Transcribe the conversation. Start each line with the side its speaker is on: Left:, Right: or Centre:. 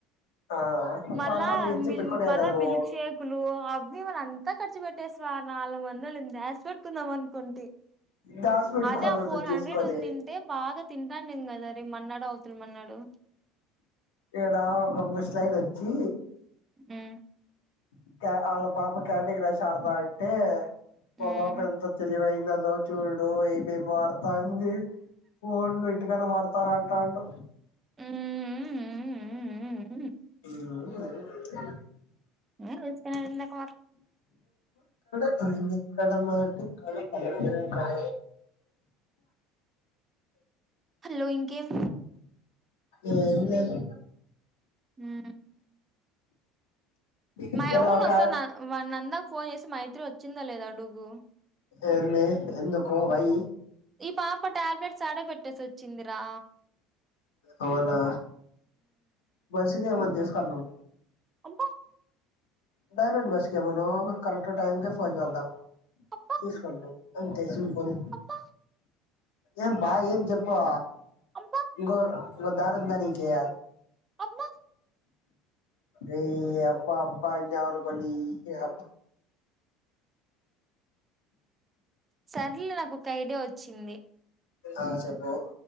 Left: ఆ
Right: మళ్ళా
Left: ఫార్మాలిటీ ఇచ్చి
Right: మిల్
Left: పెట్టుకునేది
Right: మళ్ళా
Left: కదా నువ్వు
Right: మిల్క్ షేక్లు అవి వాళ్ళంతా ఖర్చు పెట్టేస్ త్వ నాలుగు వందలుంద ఆ స్వీట్ కుందాం అనుకుంటి
Left: దాసి పెట్టుకోవాలంట
Right: అదే ఆ ఫోర్
Left: తీసుకొని
Right: హండ్రెడ్ ఉందింటే బాగా తింటాంటిమి కదా రే మన్నాడో అవుతలి మన్నాడు
Left: ఇక్కడా ఒక బుష్ లైన్ అచ్చి
Right: ఉ
Left: ఇంకా ఆళ్ళ పాప కాండీక్రష్ ఆడుతాంటే
Right: మ్మ్
Left: మా పాపం ఎంత తెలివైంది లేదు చూడు ఏమేమి వాడతాంది ఫోన్ లో ఇంటికనే వాడుత ఉత్తరాఖండు
Right: ఊ
Left: ఆ అదే అ
Right: నీల్ తీసుకున్నారు ఇందాక వాటర్
Left: నేనిక్కడ మాటిక్కడ పలుకక్కడ
Right: హలో ఇంకేం
Left: ఏం లేదు
Right: హు
Left: ఇక్కడ
Right: మా యవ్వని
Left: ఒక
Right: ఒసారి నా వాడి నంద ఫోన్ చేసి మా ఇద్దరు వచ్చిందా లేదా అడుగు
Left: ఏంది ఎందుకు వై
Right: ఈ పాప టాబ్లెట్స్ ఆడె బెడ్ బెట్టేసి వచ్చింది రా
Left: అవునా బస్సుకు ఏమన్నా తీసు కన్నుం
Right: బ
Left: డైరెక్ట్ బసుకేమను కరెక్ట్ టైం కె ఫోన్ చేద్దాం
Right: అబ్బా
Left: తీసుకుంటం అంతే సింపుల్
Right: అబ్బా
Left: ఏం బా ఏం చెప్పు
Right: అబ్బా
Left: ఇంకో దారి ఉందా నికి
Right: అబ్బా
Left: ఏ అబ్బా అబ్బా అన్నావనుకో ని అబ్బా
Right: సర్లే నాకు ఒక ఐడియా వచ్చింది.
Left: ఆ చెప్పు